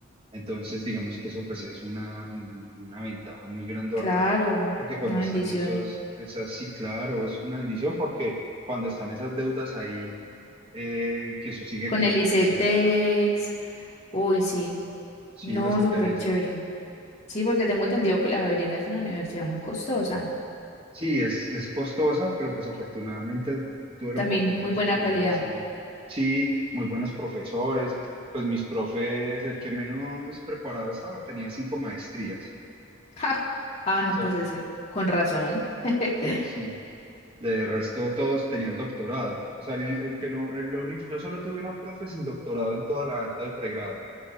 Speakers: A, on the right; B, on the left.
A: Entonces, digamos que eso pues es una, un- una ventaja muy grandota,
B: claro,
A: porque cuando
B: una bendición.
A: están esos, esas, sí, claro, eso es una bendición, porque cuando están esas deudas ahí, eh, que eso sigue
B: Con
A: cu-
B: el ICETEX.
A: creciendo,
B: Uy, sí.
A: sí,
B: No,
A: los intereses.
B: súper chévere. Sí, porque tengo entendido que la Javeriana es una universidad muy costosa.
A: Sí, es, es costosa, pero pues afortunadamente tuve
B: También
A: la oportunidad
B: muy
A: de
B: buena
A: estudiar
B: calidad.
A: así. Sí, muy buenos profesores. Pues mis profes, el que menos preparado estaba, tenía cinco maestrías.
B: Ja.
A: O
B: Ah, no,
A: sea,
B: pues es que con razón. <laughs>
A: sí, de resto todos tenían doctorado. O sea, el, el que no, el único, yo solo tuve una profe sin doctorado en toda la, todo el pregrado.